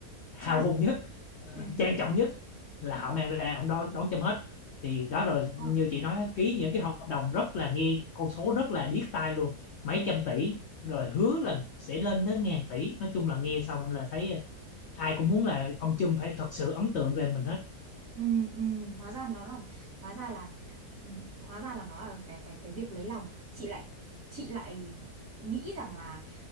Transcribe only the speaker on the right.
trang
ừ
Ờ,
đúng
rồi.
Đúng.
ừ ừ hóa ra nó là hóa ra là ừ, hóa ra là nó là cái cái cái việc lấy lòng chị lại chị lại nghĩ rằng là